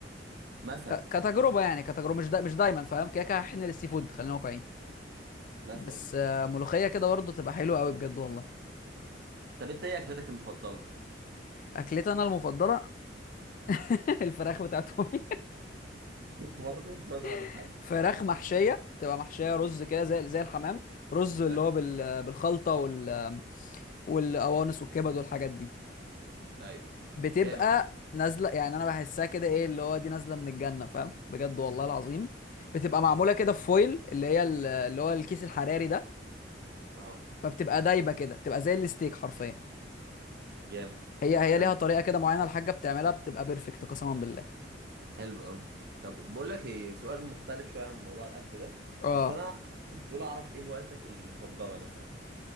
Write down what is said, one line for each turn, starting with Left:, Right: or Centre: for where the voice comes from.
Right: مثلا
Left: ك- كتجربة يعني كتجربة مش دا مش دايما فاهم كده كده هحن للسي فود خلينا واقعيين
Right: مثلا
Left: بس آه، ملوخية كده برضه تبقى حلوة قوي بجد والله
Right: طب انت ايه اكلتك المفضلة
Left: اكلتي انا المفضلة <laughs> الفراخ بتاعت امي
Right: <laughs> برضه رفعت عبد الحاج
Left: <laughs> فراخ محشية بتبقى محشية رز كده زي زي الحمام رز اللي
Right: ده
Left: هو بال- بالخلطة وال والقوانص والكبد والحاجات دي
Right: ايوه
Left: بتبقى
Right: جامد
Left: نازله يعني انا بحسها كده ايه اللي هو دي نازله من الجنه فاهم بجد والله العظيم بتبقى معموله كده في فويل اللي هي ال- اللي هو الكيس الحراري ده
Right: اه
Left: فبتبقى دايبه كده بتبقى زي الستيك حرفيا
Right: جامد
Left: هي هي
Right: طب
Left: ليها طريقه كده معينه الحاجه بتعملها بتبقى بيرفكت قسما بالله
Right: حلو قوي طب بقول لك ايه سؤال مختلف شويه عن موضوع الاكل ده
Left: اه
Right: بس انا دول اعرف ايه هوايتك المفضله مثلا